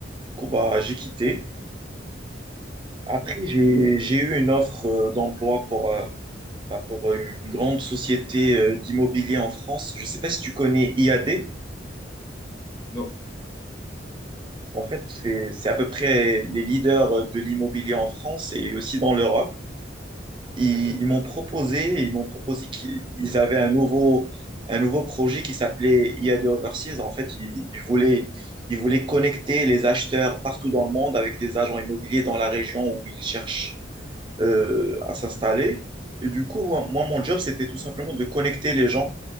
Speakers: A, on the right; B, on the left.
A: Du coup, bah, j'ai quitté. Après, j'ai,
B: Mhm.
A: j'ai eu une offre euh, d'emploi pour, euh, bah, pour euh, une grande société euh, d'immobilier en France. Je ne sais pas si tu connais IAD.
B: Non.
A: En fait, c'est, c'est à peu près les leaders euh, de l'immobilier en France et aussi dans l'Europe. ils,
B: OK.
A: ils m'ont proposé, ils m'ont proposé qu'ils avaient un nouveau, un nouveau projet qui s'appelait IA de Overseas. En fait, ils, ils voulaient, ils voulaient connecter les acheteurs partout dans le monde avec des agents immobiliers dans la région où ils cherchent euh, à s'installer. Et du coup, moi, moi, mon job, c'était tout simplement de connecter les gens.